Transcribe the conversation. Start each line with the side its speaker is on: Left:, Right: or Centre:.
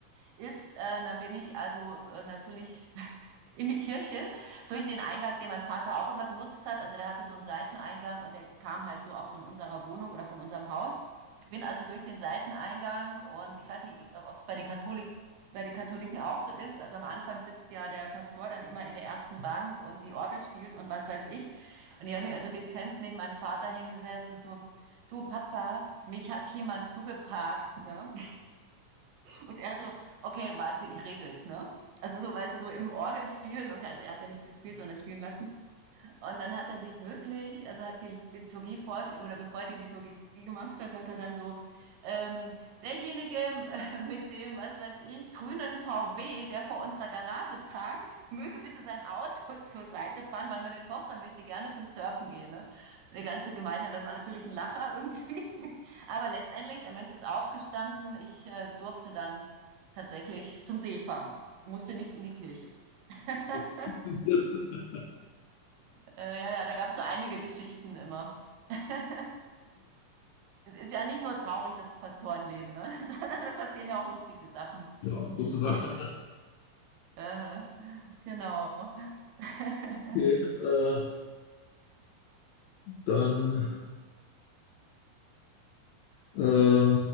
Right: ist. Äh, dann bin ich also äh, natürlich <laughs> in die Kirche durch den Eingang, den mein Vater auch immer genutzt hat. Also der hatte so einen Seiteneingang und der kam halt so auch von unserer Wohnung oder von unserem Haus. Bin also durch den Seiteneingang und ich weiß nicht, ob es bei den Katholik bei den Katholiken auch so ist. Also am Anfang sitzt ja der Pastor dann immer in der ersten Bank und die Orgel spielt und was weiß ich. Und ich habe mich also dezent neben meinen Vater hingesetzt und so, du Papa, mich hat jemand zugeparkt. Ne? Und er so, okay, warte, ich regel's, ne? Also so, weißt du, so im Orgel spielen, okay, also er hat ja nicht gespielt, sondern spielen lassen. Und dann hat er sich wirklich, also hat die Liturgie vor, oder bevor er die Liturgie gemacht hat, hat er dann so, ähm, derjenige äh, mit dem, was weiß ich, grünen VW, der vor unserer Garage parkt, möge bitte sein Auto <laughs> zur Seite fahren, weil meine Tochter möchte gerne zum Surfen gehen. Ne? Der ganze Gemeinde, das war natürlich ein Lacher <laughs> irgendwie. Aber letztendlich, der Mensch ist aufgestanden. Ich äh, durfte dann tatsächlich zum See fahren, musste nicht in die Kirche. <laughs>
Left: <laughs>
Right: Äh, ja, ja, da gab es so einige Geschichten immer. <laughs> Es ist ja nicht nur traurig, das Pastorenleben, ne? <laughs> sondern da passieren ja auch lustige Sachen.
Left: Ja, Gott sei Dank.
Right: Äh, genau. <laughs>
Left: Okay, äh, dann ähm,